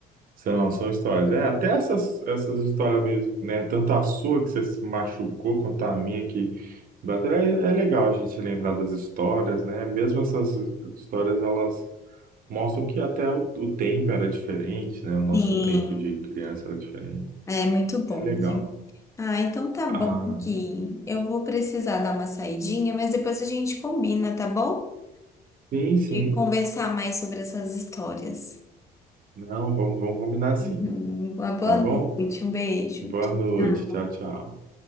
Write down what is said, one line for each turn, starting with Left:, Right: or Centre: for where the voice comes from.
Right: São, são histórias. É, até essas, essas histórias mesmo, né? Tanto a sua que você se machucou, quanto a minha que bateu. É, é legal a gente lembrar das histórias, né? Mesmo essas histórias, elas mostram que até o, o tempo era diferente, né? O nosso
Left: Sim,
Right: tempo de criança era diferente.
Left: é muito bom,
Right: É legal.
Left: né? Ah, então tá
Right: Ah,
Left: bom que eu vou precisar dar uma saidinha, mas depois a gente combina, tá bom?
Right: sim, sim.
Left: De conversar mais sobre essas histórias.
Right: Não, vamos, vamos combinar sim.
Left: Uhum, Uma boa
Right: Tá bom?
Left: noite, um beijo.
Right: Boa
Left: Tchau.
Right: noite.
Left: tchau.
Right: Tchau, tchau.